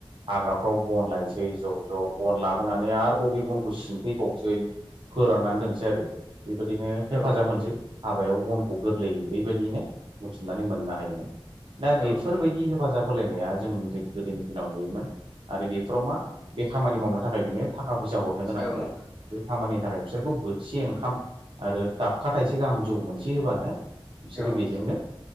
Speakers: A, on the right; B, in the centre.
A: हाग्राफ्राव बन लायनोसै ज' ज' बन लाबोनानै आरो बे बनखौ सिनफैबावनोसै फोराननानै दोनसै आरो बेबायदिनो हेफाजाब
B: औ नोंथां
A: होनोसै हाबायाव बनखौ गोरलैयै बेबायदियैनो बुथुमनानै मोननो हायोमोन। दा
B: औ
A: बेफोरबायदि
B: नोंथां
A: हेफाजाब होलायनाया जों जो गोदोनि दिनाव नुयोमोन। आरो बेफोराव मा बे खामानि मावनो थाखाय बिनोनो थाखा फैसा हरनो गोनां
B: औ
A: गैया।
B: नोंथां
A: बे खामानिनि थाखाय बिसोरखौ बोथिसे ओंखाम आरो दाबखा थाइसे गाहाम जौ मोनसे होबानो बिसोरो
B: औ
A: बेजोंनो
B: नोंथां